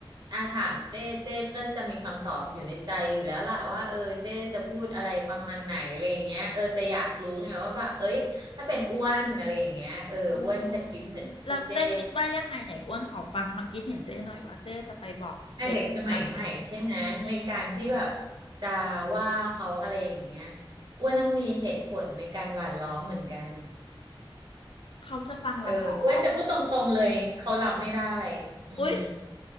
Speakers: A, on the right; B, on the left.
A: อาถามเจ้เจ้ก็จะมีคำตอบอยู่ในใจอยู่แล้วล่ะว่าเออเจ้จะพูดอะไรประมาณไหนอะไรอย่างเงี้ยเออแต่อยากรู้ไงว่าแบบเอ้ยถ้าเป็นอ้วนอะไรอย่างเงี้ยเอออ้วนจะคิดเหมือนที่เจ้
B: อืมแล้วเจ๊คิดว่ายังไงไหนอ้วนขอฟังความคิดเห็นเจ๊หน่อยว่าเจ๊จะไปบอกเด็กว่ายังไง
A: อ่ะเด็กสมัยใหม่ใช่ไหมในการที่แบบ
B: อืม
A: จะว่าเขาอะไรอย่างเงี้ยอ้วนต้องมีเหตุผลในการหว่านล้อมเหมือนกัน
B: เขาจะฟังเราเหรอ
A: เอออ้วนจะพูดตรงๆเลยเขารับไม่ได้อืม
B: อุ๊ย